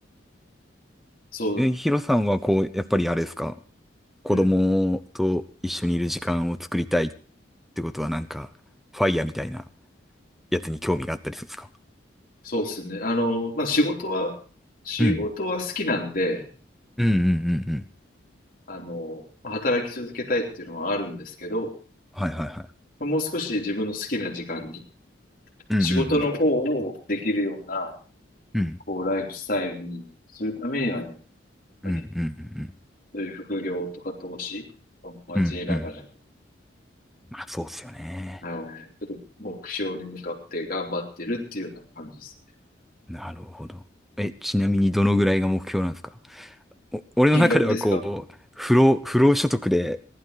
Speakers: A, on the left; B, in the centre.
A: そう、
B: え、ヒロさんはこう、やっぱりあれですか子供と一緒にいる時間を作りたいっ
A: うん。
B: てことはなんか、ファイヤーみたいなやつに興味があったりするんですか
A: そうですね。あの、まあ、仕事は、仕事は好きなんで、
B: うん。うんうんうんうん
A: あの、働き続けたいっていうのはあるんですけど、
B: はいはいはい。
A: もう少し自分の好きな時間に、
B: うん。
A: 仕事の方をできるような、
B: うんうんうん。
A: こう、ライフスタイルにするためにはね、やっぱり、
B: うんうんうん
A: そういう副業とか投資を交えながらね、
B: うん。うんうん。まあそうっすよね。
A: はい、ちょっと目標に向かって頑張ってるっていうような感じです。
B: なるほど。え、ちなみにどのぐらいが目標なんですかお、俺の中ではこう、
A: 金額ですか
B: 不労、不労所得で